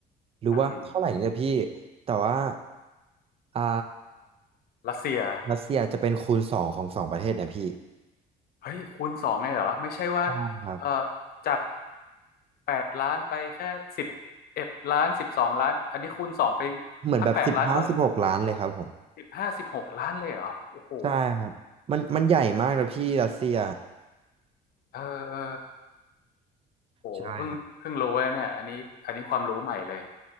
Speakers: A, on the right (about 35°); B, on the left (about 65°).
A: หรือว่าเท่าไหร่เนี่ยพี่
B: อืม
A: แต่ว่าอ่า
B: รัสเซีย
A: รัสเซียจะเป็นคูณสองของสองประเทศเนะพี่
B: เฮ้ยคูณสองเลยเหรอไม่ใช่ว่า
A: ใช่ครับ
B: เอ่อจากแปดล้านไปแค่สิบเอ็ดล้านสิบสองล้านอันนี้คูณสองไป
A: เหมือนแบบสิบห้าสิบหกล้านเลยครับผม
B: ถ้าแปดล้านก็สิบห้าสิบหกล้านเลยเหรอโอ้โห
A: ใช่ครับมันมันใหญ่มากนะพี่รัสเซีย
B: เออเออ โอ้เพิ่งเพิ่งรู้เลยเนี่ยอันนี้อันนี้ความรู้ใหม่เลย
A: ใช่ครับ